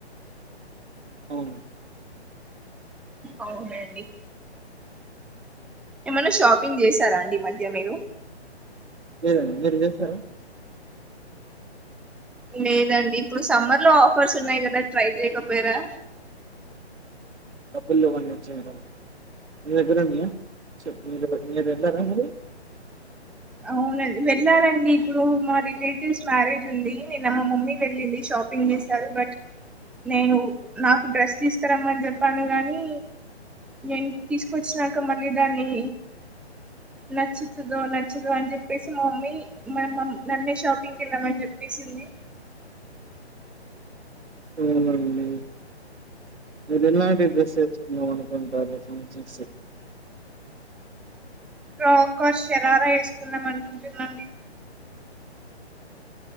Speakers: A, on the right; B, in the centre.
A: అవును
B: అవునండి ఏమన్న షాపింగ్ చేసార అండి ఈ మధ్య మీరు
A: లేదండి మీర్ చేసార
B: లేదండి ఇప్పుడు సమ్మర్ లో ఆఫర్స్ ఉన్నాయి కదా ట్రై చేయకపోయరా
A: డబ్బుల్ లేవండి మేడం మీ దగ్గర ఉన్నయా స మీరు మీ ద్గర తిన్నార మీరు
B: అవునండి వెళ్ళాలండి ఇప్పుడు మా రిలేటివ్స్ మ్యారేజ్ ఉంది నిన్న మా మమ్మీ వెళ్ళింది షాపింగ్ చేశారు బట్ నేను నాకు డ్రెస్ తీసుకురమ్మని చెప్పాను కాగాని నేను తీసుకొచ్చినాక మళ్ళీ దాన్ని నచ్చుతుందో న నచ్చదు అని చెప్పేసి మా మమ్మీ మ నన్నే షాపింగ్ కి వెళ్ళామని చెప్పేసింది
A: అవునండి మీరు ఎలాంటి డ్రెస్ చేసుకున్నా మనం <unintelligible> సిక్స్
B: ఒక్కో శరారా వేస్తుకున్నాం అనుకుంటున్నాండి